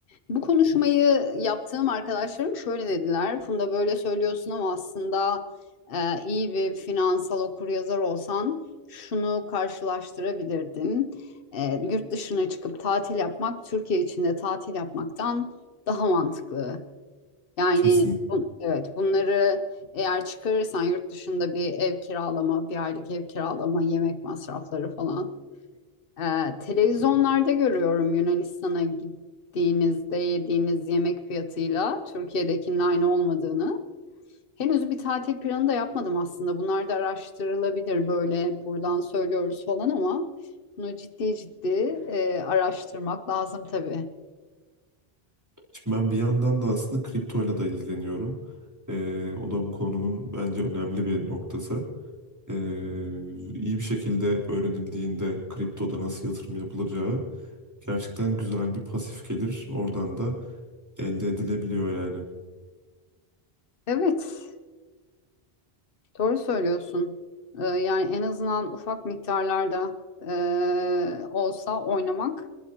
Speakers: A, on the left; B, on the right.
A: Bu konuşmayı yaptığım arkadaşlarım şöyle dediler. Funda böyle söylüyorsun ama aslında e, iyi bir finansal okuryazar olsan şunu karşılaştırabilirdin. E, yurt dışına çıkıp tatil yapmak Türkiye içinde tatil yapmaktan daha mantıklı. Yani
B: Kesin.
A: bu- evet bunları eğer çıkarırsan yurt dışında bir ev kiralama, bir aylık ev kiralama, yemek masrafları falan. Ee, televizyonlarda görüyorum Yunanistan'a gittiğinizde yediğiniz yemek fiyatıyla Türkiye'dekinin aynı olmadığını. Henüz bir tatil planı da yapmadım aslında. Bunlar da araştırılabilir böyle buradan söylüyoruz falan ama bunu ciddi ciddi e, araştırmak lazım tabii.
B: Şimdi ben bir yandan da aslında kriptoyla da ilgileniyorum. Ee, o da bu konunun bence önemli bir noktası. Ee, iyi bir şekilde öğrenildiğinde kriptoda nasıl yatırım yapılacağı gerçekten güzel bir pasif gelir. Oradan da elde edilebiliyor yani.
A: Evet, doğru söylüyorsun. Ee, yani en azından ufak miktarlarda e, olsa oynamak.